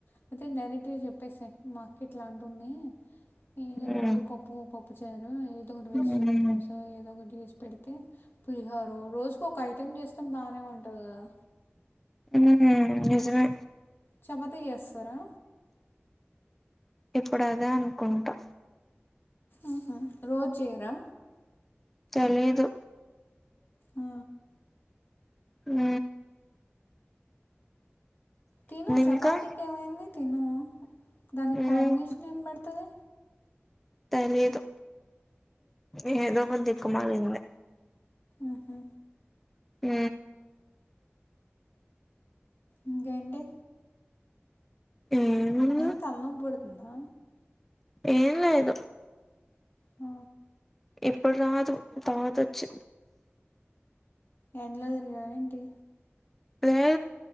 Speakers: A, on the left; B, in the centre.
A: అయితే డైరెక్ట్గా చెప్పేసేయ్ మార్కెట్ లాంటి ఉంది ఈ
B: మ్మ్
A: రోజు పప్పు పప్పు చారు ఏదో ఒకటి వెజిటేబుల్
B: మ్మ్
A: రైస్ ఏదో ఒకటి సి పెడితే పులిహారు రోజుకు ఒక ఐటెం చేస్తాం బాగనే ఉంటది కదా
B: ఉహు నిజమే
A: చపతి చేస్తారా
B: ఇప్పుడదే అనుకుంటా
A: ఆహా రోజే చెయ్ రా
B: తెలీదు
A: ఆ.
B: ఉ
A: తిను చపాతీకి
B: ఇంకా
A: ఏమైంది తిను దానికి
B: మ్మ్
A: కాంబినేషన్ ఏం పడుతది
B: తెలీదు ఏదో ఒక దిక్కుమలింద
A: ఆహా
B: ఊ
A: ఇంకేంటే
B: ఏముంది
A: ఏం తలనొప్పి పడుతుందా
B: ఏం లేదు
A: ఆ
B: ఇప్పుడు రాదు తరువాతచ్చి
A: ఎండలోతిరిగావా ఏంటి
B: అదే